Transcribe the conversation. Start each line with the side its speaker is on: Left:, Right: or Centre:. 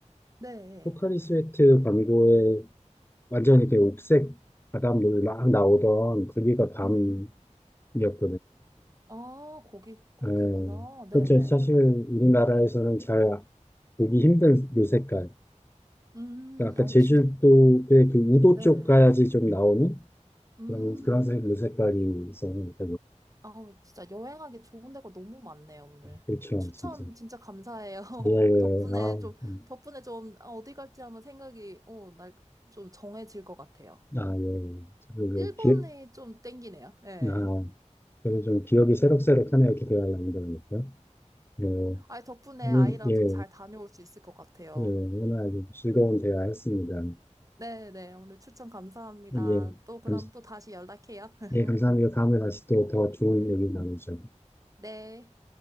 Right: 네.
Left: 포카리 스웨트 광고에 완전히 그 옥색 바닷물 막 나오던 거기가 밤이었거든요.
Right: 음.
Left: 그래서
Right: 아, 거기, 거기구나.
Left: 예, 그렇죠.
Right: 네네.
Left: 사실 우리나라에서는 잘 보기 힘든 요 색깔.
Right: 음,
Left: 그러니까
Right: 아우,
Left: 아까 제주도의
Right: 진짜,
Left: 그 우도
Right: 네.
Left: 쪽 가야지 좀 나오는
Right: 음.
Left: 그런 그런 색, 요 색깔이 있었는데
Right: 아우, 진짜 여행하기 좋은 데가 너무 많네요, 오늘.
Left: 그렇죠,
Right: 추천
Left: 진짜.
Right: 진짜 감사해요. <laughs>
Left: 예, 예.
Right: 덕분에
Left: 아.
Right: 좀,
Left: 음.
Right: 덕분에 좀, 아, 어디 갈지 한번 생각이, 어, 날, 좀 정해질 것 같아요.
Left: 아, 예. 저도 그
Right: 일본이
Left: 기억,
Right: 좀 땡기네요. 네.
Left: 아, 저도 좀 기억이 새록새록하네요. 기대할 남다 보니까. 예.
Right: 아, 덕분에
Left: 오늘,
Right: 아이랑
Left: 예,
Right: 좀 잘 다녀올 수 있을 것 같아요.
Left: 예. 오늘 아주 즐거운 대화였습니다.
Right: 네네, 오늘 추천 감사합니다.
Left: 예.
Right: 또 그럼
Left: 감,
Right: 또 다시 연락해요. <laughs>
Left: 예, 감사합니다. 다음에 다시 또 더 좋은 얘기 나누죠.
Right: 네.